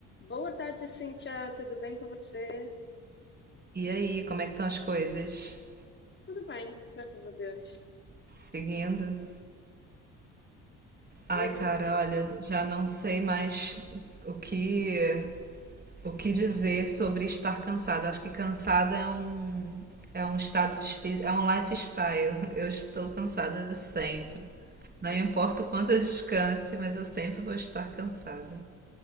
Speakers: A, on the left (about 30°); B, on the right (about 25°).
A: Boa tarde, Cíntia. Tudo bem com você?
B: E aí, como é que estão as coisas?
A: Tudo bem, graças a Deus.
B: Seguindo? Ai,
A: Levando-
B: cara, olha, já não sei mais o que o que dizer sobre estar cansada. Acho que cansada é um é um estado de espírito, é um lifestyle. <laughs> Eu estou cansada sempre. Não importa o quanto eu descanse, mas eu sempre vou estar cansada.